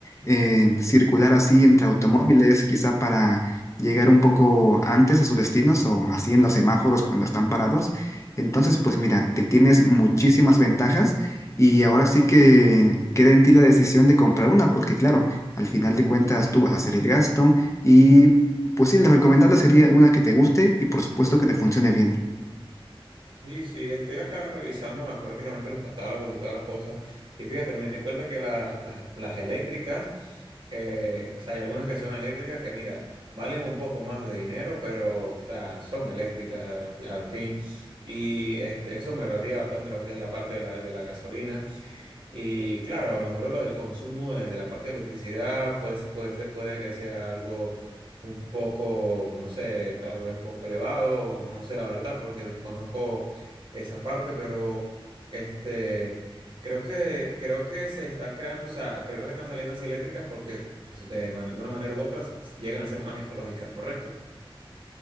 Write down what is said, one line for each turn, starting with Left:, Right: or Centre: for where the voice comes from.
Left: eh, circular así entre automóviles, quizá para llegar un poco antes a sus destinos o así en los semáforos cuando están parados. Entonces, pues mira, te tienes muchísimas ventajas y ahora sí que queda en ti la decisión de comprar una, porque claro, al final de cuentas tú vas a hacer el gasto y pues sí, lo recomendable sería una que te guste y por supuesto que te funcione bien.
Right: Sí, sí, estoy acá revisando las- prácticamente los catálogos y todas las cosas. Y fíjate, me di cuenta que la- las, las eléctricas, eh, o sea, hay algunas que son eléctricas que, mira, valen un poco más de dinero, pero, o sea, son eléctricas al, fi- al fin. Y este, eso me ahorraría bastante lo que es la parte de la, de la gasolina. Y claro, a lo mejor lo del consumo de, de la parte de electricidad puede, ser- puede, ser- puede que sea algo un poco, no sé, tal vez un poco elevado, o no sé la verdad, porque desconozco esa parte, pero este, creo que, creo que se están creando, o sea, creo que están saliendo así eléctricas porque de, man- de una manera u otra llegan a ser más ecológicas, ¿correcto?